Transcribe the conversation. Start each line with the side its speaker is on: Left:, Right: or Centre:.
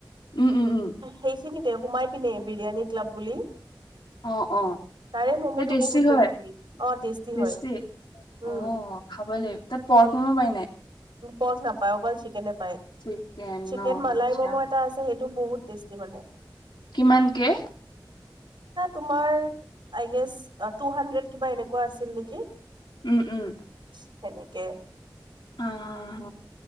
Left: উম উম উম
Right: সেইখিনিতে সোমাই পিনে বিৰিয়ানী ক্লাব বুলি
Left: অ অ
Right: তাৰে ম'ম'টো
Left: সেই টেষ্টি
Right: বহুত
Left: হয়
Right: অ টেষ্টি
Left: টষ্টি
Right: হয় উম
Left: অ খাব লাগিব তাত পৰ্ক মম পাই নাই
Right: পৰ্ক নাপায় অকল শিকেনে। পায়
Left: চিকেন
Right: চিকেন
Left: ন
Right: মালাই
Left: আচ্ছা
Right: ম'ম' এটা আছে সেইটো বহুত তেষ্টি মানে
Left: কিমানকে?
Right: আ তোমাৰ আই গেছ তুহাড্ৰে কিবা এনেকোৱা আছিল নেকি?
Left: উম উম
Right: সেনেকে
Left: আহ